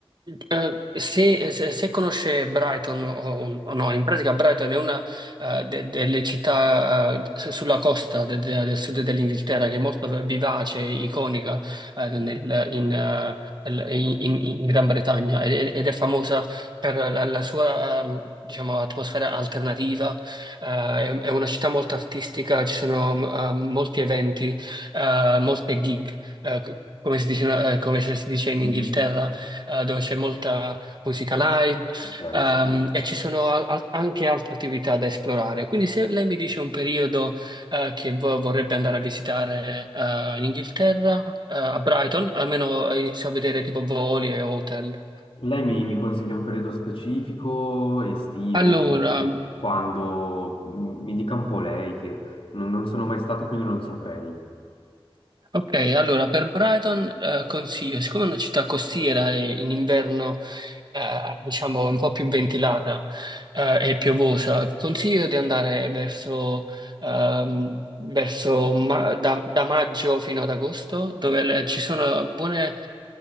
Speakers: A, on the right (about 50°); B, on the left (about 70°).
A: eh, se, se- se conosce Brighton o, o no, in pratica Brighton è una eh, de- delle città eh, sulla costa de- de- del sud dell'Inghilterra che è molto vivace, iconica eh, nel- in, eh, in- in- in Gran Bretagna ed ed è famosa per la, la sua ehm, diciamo, atmosfera alternativa. Eh, è, è una città molto artistica, ci sono ehm, molti eventi, eh, molte gig eh, co- come si dice, in- eh, come se si dice in
B: Mhm.
A: Inghilterra, eh, dove c'è molta musica live,
B: Ok,
A: ehm,
B: sì.
A: e ci sono al- al- anche altre attività da esplorare. Quindi se lei mi dice un periodo, eh, che vo- vorrebbe andare a visitare, eh, in Inghilterra, eh, a Brighton, almeno eh, inizio a vedere tipo voli e hotel.
B: Lei mi, mi consiglia un periodo specifico, estivo,
A: Allora,
B: oppure quando m- mi dica un po' lei che non, non sono mai stato, quindi non saprei.
A: Ok, allora per Brighton eh, consiglio, siccome è una città costiera e in inverno eh, diciamo un po' più ventilata eh, e piovosa, consiglio di andare verso, ehm, verso ma- da, da maggio fino ad agosto, dove le- ci sono buone